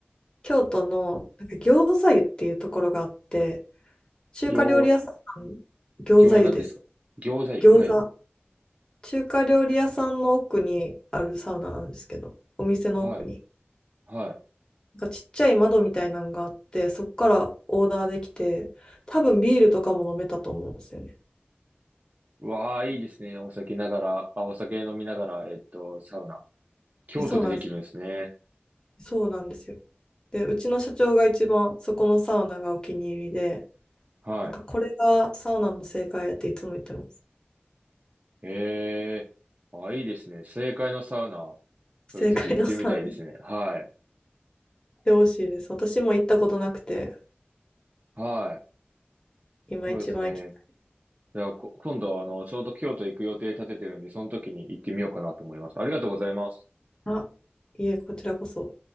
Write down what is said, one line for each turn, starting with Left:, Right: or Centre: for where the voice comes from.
Left: 京都のなんか餃子湯っていうところがあって、中華料理屋さん、
Right: 行、
Left: 餃子湯です。
Right: 行なんですか餃子湯。
Left: 餃子。
Right: はい。
Left: 中華料理屋さんの奥にあるサウナなんですけど、お店の奥に。
Right: はい。はい。
Left: なんかちっちゃい窓みたいなのがあって、そこからオーダーできて、多分ビールとかも飲めたと思うんですよね。
Right: うわあ、いいですね。お酒ながら、あ、お酒飲みながら、えっと、サウナ。京都でできるんですね。
Left: えそうなんです。そうなんですよ。で、うちの社長が一番そこのサウナがお気に入りで、
Right: はい。
Left: なんかこれがサウナの正解やっていつも言ってます。
Right: ええあ、いいですね。正解のサウナ。それぜひ行ってみたいですね。
Left: 正解のサウナ。っ
Right: はい。
Left: てほしいです。私も行ったことなくて、
Right: はい。
Left: 今一番行きたい。
Right: そうですね。じゃあ、こ今度、あの、ちょうど京都行く予定立ててるんで、その時に行ってみようかなと思います。ありがとうございます。
Left: あ、いえ、こちらこそ。